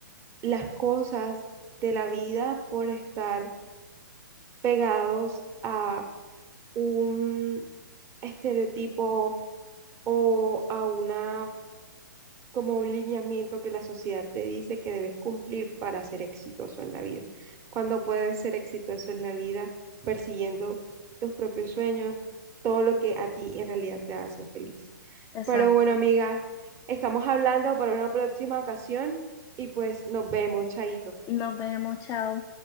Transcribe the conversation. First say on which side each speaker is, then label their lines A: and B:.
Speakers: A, on the right; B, on the left.
A: las cosas de la vida por estar pegados a un estereotipo o a una como un lineamiento que la sociedad te dice que debes cumplir para ser exitoso en la vida. Cuando puedes ser exitoso en la vida persiguiendo tus propios sueños, todo lo que a ti en realidad te hace feliz.
B: Exacto.
A: Pero bueno, amiga, estamos hablando para una próxima ocasión y pues nos vemos, chaito.
B: Nos vemos, chao.